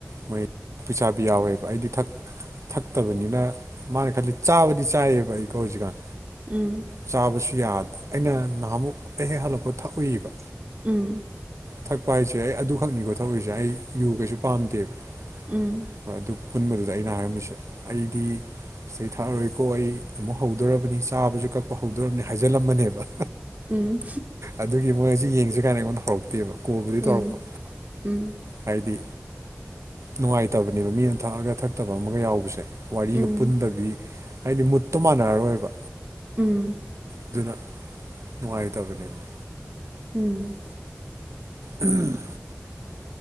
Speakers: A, on the right (about 85°); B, on the right (about 35°).
A: ꯃꯣꯏ ꯄꯩꯁꯥꯕꯤ ꯌꯥꯎꯋꯦꯕ ꯑꯩꯗꯤ ꯊꯛ ꯊꯛꯇꯕꯅꯤꯅ ꯃꯥꯅ ꯈꯜꯂꯤ ꯆꯥꯕꯗꯤ ꯆꯥꯏꯌꯦꯕ ꯑꯩꯀꯣ ꯍꯧꯖꯤꯛꯀꯥꯟ
B: ꯎꯝ
A: ꯆꯥꯕꯁꯨ ꯌꯥꯗꯦ ꯑꯩꯅ ꯅꯍꯥꯃꯨꯛ ꯑꯩ ꯍꯦꯛ ꯍꯜꯂꯛꯄ ꯊꯛꯎꯏꯕ
B: ꯎꯝ
A: ꯊꯛꯄ ꯍꯥꯏꯁꯦ ꯑꯩ ꯑꯗꯨꯈꯛꯅꯤꯀꯣ ꯊꯛꯎꯏꯁꯦ ꯑꯩ ꯌꯨꯀꯩꯁꯨ ꯄꯥꯝꯗꯦꯕ
B: ꯎꯝ
A: ꯍꯣꯏ ꯑꯗꯨ ꯄꯨꯟꯕꯗꯨꯗ ꯑꯩꯅ ꯍꯥꯏꯔꯝꯃꯤꯁꯦ ꯑꯩꯗꯤ ꯁꯤ ꯊꯛꯑꯔꯣꯏꯀꯣ ꯑꯩ ꯑꯃꯨꯛ ꯍꯧꯗꯣꯔꯕꯅꯤ ꯆꯥꯕꯁꯨ ꯀꯛꯄ ꯍꯧꯗꯣꯔꯕꯅꯤ ꯍꯥꯏꯖꯤꯜꯂꯝꯃꯕꯅꯦꯕ
B: ꯎꯝ
A: ꯑꯗꯨꯒꯤ ꯃꯣꯏ ꯁꯤ ꯌꯦꯡꯖꯤ ꯒꯥꯏꯅ ꯑꯩꯉꯣꯟꯗ ꯍꯧꯔꯛꯇꯦꯕ ꯀꯣꯜꯕꯨꯗꯤ
B: ꯎꯝ
A: ꯇꯧꯔꯛꯄ
B: ꯎꯝ
A: ꯍꯥꯏꯗꯤ ꯅꯨꯡꯉꯥꯏꯇꯕꯅꯦꯕ ꯃꯤꯅ ꯊꯛꯑꯒ ꯊꯛꯇꯕ ꯑꯃꯒ ꯌꯥꯎꯕꯁꯦ ꯋꯥꯔꯤꯒ
B: ꯎꯝ
A: ꯄꯨꯟꯗꯕꯤ ꯍꯥꯏꯗꯤ ꯃꯨꯠꯇꯣ ꯃꯥꯟꯅꯔꯔꯣꯏꯕ
B: ꯎꯝ
A: ꯑꯗꯨꯅ ꯅꯨꯡꯉꯥꯏꯇꯕꯅꯦꯕ
B: ꯎꯝ
A: ꯎꯝ